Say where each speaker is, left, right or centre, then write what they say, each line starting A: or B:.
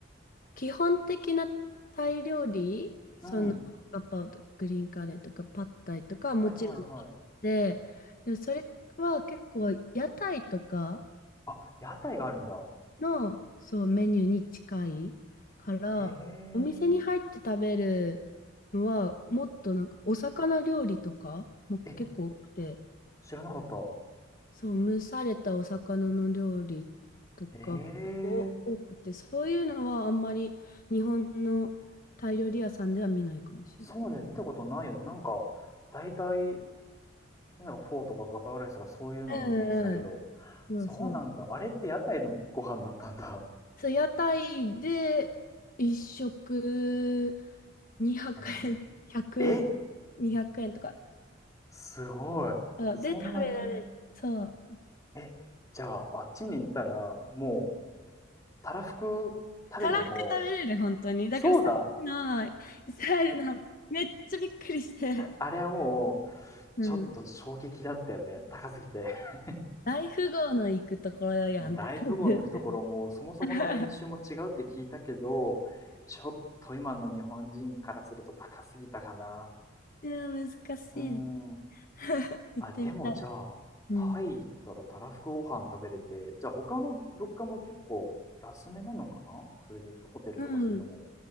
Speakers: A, on the left; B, on the left.
A: 基本的なタイ料理、その、
B: うん。
A: ガパオとグリーンカレーとかパッタイとかはもちろんあって、
B: はいはいはい。
A: でもそれは結構屋台とか
B: あ、屋台があるんだ。
A: の、そう、メニューに近いから、
B: へ
A: お店に入って食べるのは、もっとなんかお魚料理とかも結構多くて、
B: え。え、知らなかった。
A: そう、蒸されたお魚の料理とか結構多くて、
B: へえ。
A: そういうのはあんまり日本のタイ料理屋さんでは見ないかもしれない。
B: そうだよね。見たことないよね。なんか、大体なんかフォーとかガパオライスとかそういうののイメージだけど、
A: うんうん。そうそう。
B: そうなんだ。あれって屋台のご飯だったんだ。
A: そう、屋台で一食200円、
B: どのくらい
A: 100、
B: <laughs> え
A: 200円とか。
B: すごい。
A: そうで、
B: そんなに
A: 食べられる。そう。
B: え、じゃああっちに行ったら、もう、たらふく食べても、
A: たらふく食べれる、本当に。
B: そうだ。
A: だからさっきのイスラエルの話、めっちゃびっくりして。
B: あれはもう、
A: うん。
B: ちょっと衝撃だったよね。高すぎて。<laughs>
A: 大富豪の行くところやんって感じですよね。
B: もう大富豪の行くところも、そもそもの年収も違うって聞いたけど、
A: <laughs>
B: ちょっと今の日本人からすると高すぎたかな。
A: いや、難しいです。
B: うーん。
A: <laughs> 行ってみたい。
B: あ、でもじゃあ、
A: うん。
B: タイ行ったらたらふくご飯食べれて、じゃあ他の物価も結構安めなのかなそれで行くとホテルとかするのも。
A: うん。